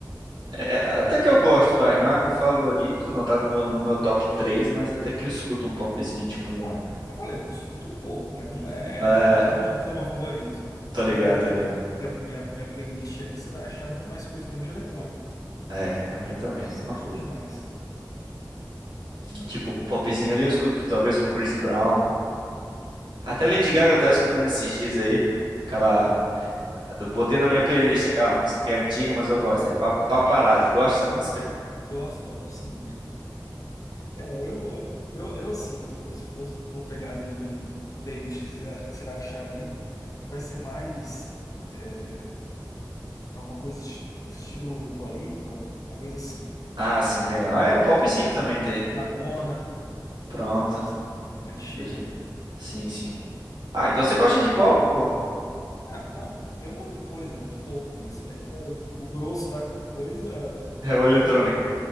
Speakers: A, on the right (about 80°); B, on the left (about 50°).
A: É, até que eu gosto, vai. Não é meu favorito, não tá no meu, no meu top três mas até que eu escuto um popzinho, tipo um.
B: Ah, eu falei, eu escuto um pouco, mas não é.
A: É,
B: Tá longe de ser o meu favorito.
A: tô
B: Você
A: ligado,
B: pegar
A: tô ligado.
B: minha, minha, minha playlist ali, você vai achar muito mais coisa, pelo menos de eletrônico.
A: É, a minha também,
B: Você
A: a mesma
B: acha
A: coisa.
B: bem mais, né?
A: Tipo, um popzinho ali eu escuto talvez um Chris Brown. Até Lady Gaga eu tava escutando esses dias aí. Aquela. Botei na minha playlist aquela música que é antiga, mas eu gosto. É Pa- Paparazzi. Gosta dessa música?
B: Gosto, gosto sim. É, eu, eu, eu assim, eu, se fosse for pegar ali na minha playlist, que você vai que você vai achar ali, vai ser mais é, alguma coisa es- estilo Dua Lipa, alguma coisa assim.
A: Ah, sim, legal. É, um popzinho também tem.
B: Madonna,
A: P- Pronto.
B: coisa mais antiga.
A: Pode- Sim, sim. Ah, então você gosta de pop, pô?
B: Ah, não, não tem uma outra coisa, é muito pouco, né? Você pegar o, o grosso da coisa, vai
A: É o
B: ter
A: eletrônico.
B: ali,